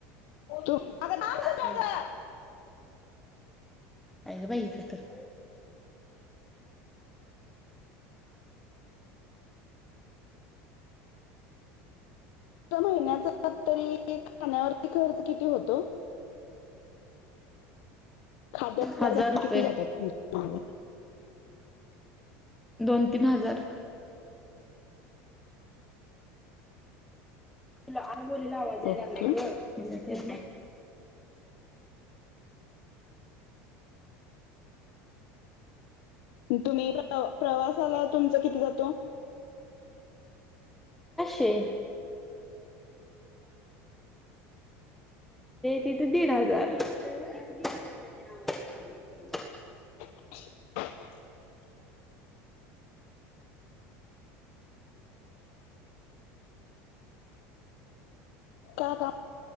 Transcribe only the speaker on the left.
तू अग थांब इथं
जरा.
त महिन्याचा तरी खाण्यावरती खर्च किती होतो? खाद्य
किती जाता तूमचं?
ओके
तुम्ही प्र प्रवास सलाद तुमचा किती जातो?
<inaudible> का का?